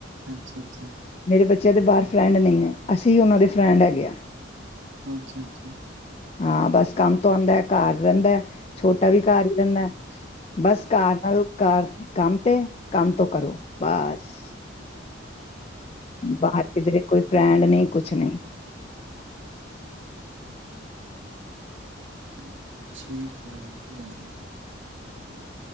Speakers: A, on the right; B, on the left.
A: ਅੱਛਾ-ਅੱਛਾ।
B: ਮੇਰੇ ਬੱਚਿਆਂ ਦੇ ਬਾਹਰ ਫਰੈਂਡ ਨਹੀਂ ਹੈ, ਅਸੀਂ ਉਹਨਾਂ ਦੇ ਫਰੈਂਡ ਹੈਗੇ ਆ।
A: ਅੱਛਾ-ਅੱਛਾ।
B: ਹਾਂ ਬਸ ਕੰਮ ਤੋਂ ਆਂਦਾ ਕਰ ਰਹਿੰਦਾ। ਛੋਟਾ ਵੀ ਕਾਰ ਹੀ ਰੇਂਦਾ ਲ, ਬਸ ਕਾਰ ਨਾਲ ਕਾਰ ਕੰਮ ਤੇ, ਕੰਮ ਤੋਂ ਕਰੋ। ਬਸ ਬਾਹਰ ਕਿਧਰੇ ਕੋਈ ਫਰੈਂਡ ਨਹੀਂ ਕੁਛ ਨਹੀਂ।
A: ਹ ਠੀਕ ਆ ਵਧੀਆ ਐ।